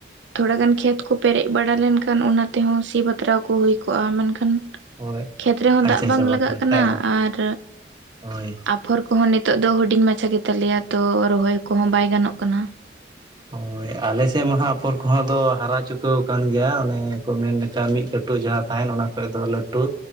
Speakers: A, on the right; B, on the right.
A: ᱛᱷᱚᱲᱟ ᱜᱟᱱ ᱠᱷᱮᱛ ᱠᱚ ᱯᱮᱨᱮᱡ ᱵᱟᱲᱟ ᱞᱮᱱᱠᱷᱟᱱ ᱚᱱᱟᱼᱼ ᱛᱮᱦᱚᱸ ᱥᱤ ᱵᱟᱛᱨᱟᱣ ᱠᱚ ᱦᱩᱭ ᱠᱚᱜᱼᱟ, ᱢᱮᱱᱠᱷᱟᱱᱼᱼ
B: ᱦᱳᱭ
A: ᱠᱷᱮᱛ ᱨᱮᱦᱚᱸ
B: ᱟᱪᱪᱷᱟ
A: ᱫᱟᱜ ᱵᱟᱝ
B: ᱟᱪᱪᱷᱟ
A: ᱞᱟᱜᱟᱜ ᱠᱟᱱᱟ,
B: ᱠᱷᱟᱡ ᱫᱚ
A: ᱟᱨ
B: ᱦᱳᱭ᱾
A: ᱟᱯᱷᱚᱨ ᱠᱚᱸᱦᱚᱸ ᱱᱤᱛᱚᱜ ᱫᱚ ᱦᱩᱰᱤᱧ ᱢᱟᱪᱷᱟ ᱜᱮᱛᱟᱞᱮᱭᱟ ᱛᱚ ᱨᱚᱦᱚᱭ ᱠᱚᱸᱦᱚᱸ ᱵᱟᱭ ᱜᱟᱱᱚᱜ ᱠᱟᱱᱟ᱾
B: ᱦᱳᱭ ᱟᱞᱮ ᱥᱮᱫ ᱢᱟᱦᱟᱸᱜ ᱟᱯᱷᱚᱨ ᱠᱚᱦᱚᱸ ᱫᱚ ᱦᱟᱨᱟ ᱪᱩᱠᱟᱹᱣ ᱠᱟᱱ ᱜᱮᱭᱟ ᱚᱱᱮ ᱠᱚ ᱢᱮᱱ ᱞᱮᱠᱟ ᱢᱤᱫ ᱠᱟᱹᱴᱼᱼ ᱴᱩ ᱡᱟᱸᱦᱟᱸ ᱛᱟᱦᱮᱱ ᱚᱱᱟ ᱠᱷᱚᱡ ᱫᱚ ᱞᱟᱹᱴᱩ